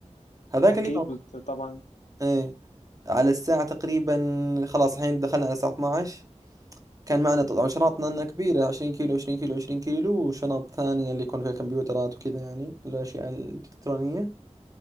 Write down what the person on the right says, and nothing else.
هذاك
اليوم
ايه على الساعة تقريبا خلاص الحين دخلنا على الساعة 12 كان معنا طبعا شنطنا لنا كبيرة 20 كيلو 20 كيلو 20 كيلو وشنط ثانية اللي يكون فيها كمبيوترات وكذا يعني الأشياء الإلكترونية